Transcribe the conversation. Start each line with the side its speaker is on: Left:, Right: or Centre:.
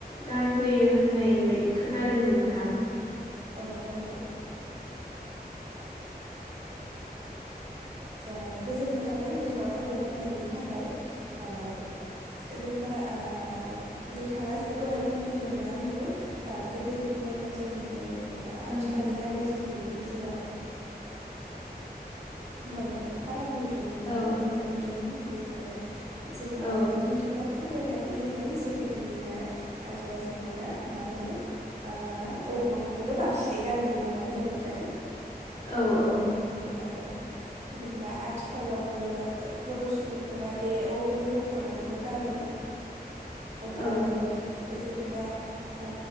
Left: गानबोयो होननाय बायदि खोनादोंमोन नोंथां
Right: अ' अ' ओ गोजोन्नाय थाबाय नोंथाङा फोरमायना होनायनि थाखाय ओ जेनेबा ओ नोंथाङा दहाय बुंदोंमोन ना आंनाव ओ गोदोनि गाननाय जोमनाय एबा आथिखालनि
Left: औ
Right: गाननाय जोमनायनि गेजेराव माबाफोर फाराग नुदों न
Left: औ
Right: नुदों बेफोरो जेनेबा
Left: औ
Right: नोंथाङा फोरमायनानै होबाय जे गोदोनिया आजै आजौमोना मा होनो ओ अग्रंखौनो बांसिनै गानोमोन नङा होमब्ला नोंथां
Left: औ औ
Right: औ जेनेबा आथिखालावबो बर' सुबुंफोरा बे अग्रं दख दख'नाखौनो गानो अब्लाबो
Left: औ
Right: जेनेबा ओ